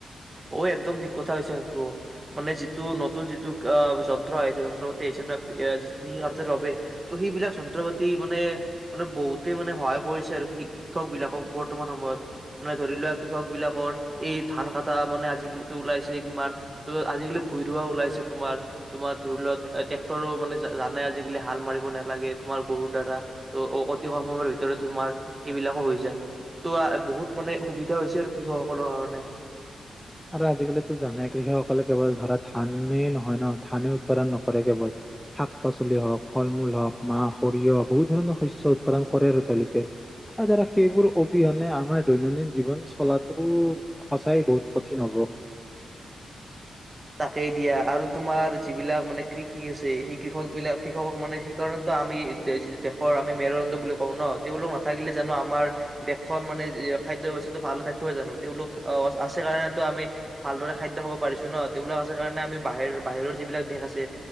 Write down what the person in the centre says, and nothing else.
আৰু আজিকালিও জানে কৃষকসকলে কেৱল ধৰা ধানেই নহয় ন ধানেই উৎপাদন নকৰে কেৱল শাক পাচলি হওক- ফল মূল হওক মাহ সৰিয়হক- বহুত ধৰণৰ শস্য উৎপাদন কৰে আৰু তেওঁলোকে আৰু দাদা সেইবোৰ অবিহনে আমাৰ- দৈনন্দিন জীৱন চলাতো সঁচাই বহুত- কঠিন হ'ব